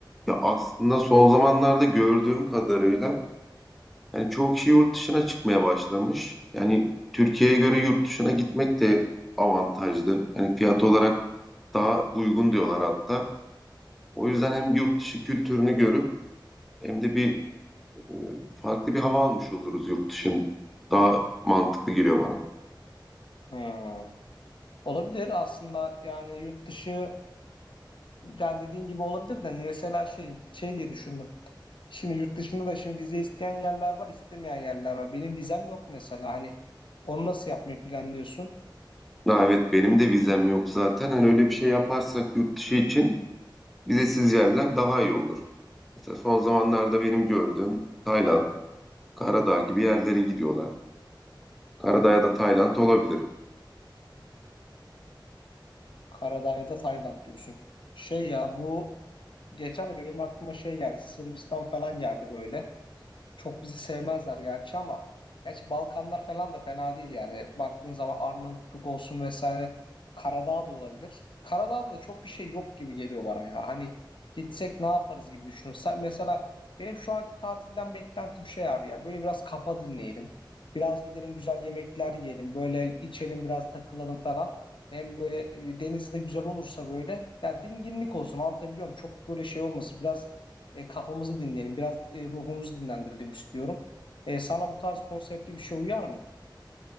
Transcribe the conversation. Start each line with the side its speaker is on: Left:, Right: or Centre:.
Centre: Ya aslında son zamanlarda gördüğüm kadarıyla Yani çoğu kişi yurt dışına çıkmaya başlamış. Yani Türkiye'ye göre yurt dışına gitmek de avantajlı. Yani fiyat olarak daha uygun diyorlar hatta. O yüzden hem yurt dışı kültürünü görüp hem de bir e, farklı bir hava almış oluruz yurt dışın. Daha mantıklı geliyor bana.
Left: Hmm. Olabilir aslında yani yurt dışı Yani dediğin gibi olabilir de hani mesela şey şey diye düşündüm. Şimdi yurt dışında da şimdi vize isteyen yerler var, istemeyen yerler var. Benim vizem yok mesela. Hani onu nasıl yapmayı planlıyorsun?
Centre: Ha, evet benim de vizem yok zaten. Hani öyle bir şey yaparsak yurt dışı için vizesiz yerler daha iyi olur. Mesela son zamanlarda benim gördüğüm Tayland, Karadağ gibi yerlere gidiyorlar. Karadağ ya da Tayland olabilir.
Left: Karadağ ya da Tayland diyorsun. Şey ya bu geçen de benim aklıma şey geldi. Sırbistan falan geldi böyle. Çok bizi sevmezler gerçi ama gerçi Balkanlar falan da fena değil yani. Baktığın zaman Arnavutluk olsun vesaire Karadağ da olabilir. Karadağ'da da çok bir şey yok gibi geliyor bana ya. Hani gitsek ne yaparız gibi düşünüyorum. Sen mesela benim şu anki tatilden beklentim şey abi ya böyle biraz kafa dinleyelim. Biraz gidelim güzel yemekler yiyelim. Böyle içelim biraz takılalım falan. Hem böyle e, deniz de güzel olursa böyle ya dinginlik olsun anlatabiliyor muyum? Çok böyle şey olmasın. Biraz e, kafamızı dinleyelim, biraz e, ruhumuzu dinlendirelim istiyorum. E, sana bu tarz konseptli bir şey uyar mı?